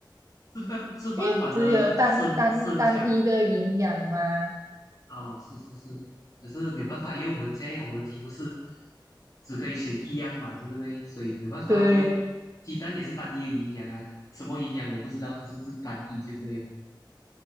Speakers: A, on the left; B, on the right.
A: 吃饭吃饭反而生生强
B: 因为只有单单单一的营养嘛，
A: 啊，是是是，可是没有办法，因为我们现在我们的题目是只可以选一样嘛，对不对？所以没有办法，
B: 对。
A: 都鸡蛋也是单一的营养啊，什么营养我不知道，可是就单一就对了。